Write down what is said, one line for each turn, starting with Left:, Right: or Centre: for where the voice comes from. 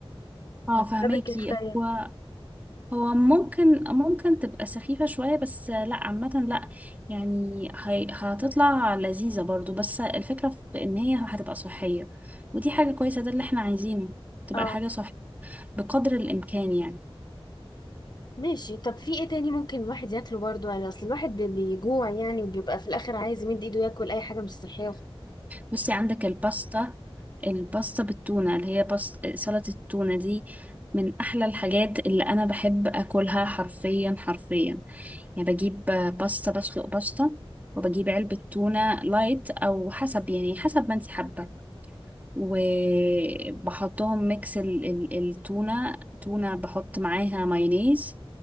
Right: اه
Left: والتوابل
Right: فهماكي
Left: كده كفاية
Right: هو هو ممكن ممكن تبقى سخيفة شوية بس لا عامة لا يعني هي- هتطلع لذيذة برضو بس الفكرة في ان هي هتبقى صحية ودي حاجة كويسة ده اللي احنا عايزينه تبقى
Left: اه
Right: الحاجة صح بقدر الامكان يعني
Left: ماشي طب في ايه تاني ممكن الواحد ياكله برضو يعني اصل الواحد بي- بيجوع يعني وبيبقى في الاخر عايز يمد ايده ياكل اي حاجه مش صحيه <laughs> وخ-
Right: بصي عندك الباستا الباستا بالتونة اللي هي باستا سلطة التونة دي من احلى الحاجات اللي انا بحب اكلها حرفيا حرفيا يعني بجيب باستا بسلق باستا وبجيب علبة تونة لايت او حسب يعني حسب ما انت حابة وبحطهم ميكس ال- ال- التونة تونة بحط معاها مايونيز